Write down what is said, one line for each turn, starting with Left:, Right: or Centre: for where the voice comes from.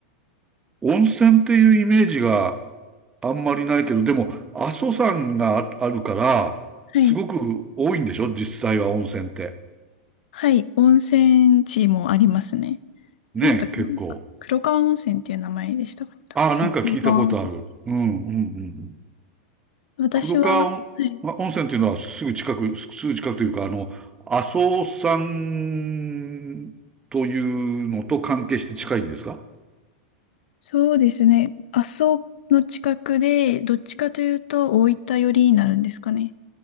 Right: 温泉っていうイメージがあんまりないけど、でも、阿蘇山がああるから、
Left: はい。
Right: すごく多いんでしょ実際は温泉って。
Left: はい。温泉地もありますね。
Right: ねえ、
Left: なんだったかなく黒川温泉っていう名前でしたかねそう、
Right: 結構。ああ、なんか聞いたことある。
Left: 黒川温泉。
Right: うん、うん、うん。
Left: 私は、
Right: 黒川温ま温泉っていうのはすぐ近く、
Left: はい。
Right: すすぐ近くというか、あの、阿蘇山というのと関係して近いんですか
Left: そうですね。阿蘇の近くで、どっちかというと大分寄りになるんですかね。